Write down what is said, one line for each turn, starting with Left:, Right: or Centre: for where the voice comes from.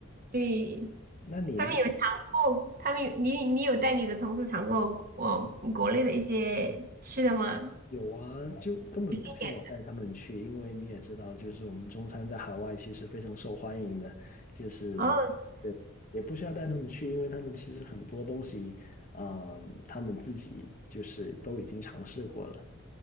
Right: 对，
Left: 那你呢？
Right: 他们有尝过，他们有你你有带你的同事尝过我国内的一些吃的吗？
Left: 有啊，就根本不需要我带他们去，
Right: 一点。
Left: 因为你也知道，就是我们中餐在海外其实非常受欢迎的，就是对，
Right: 哦，
Left: 也不需要带他们去，因为他们其实很多东西，嗯、他们自己就是都已经尝试过了。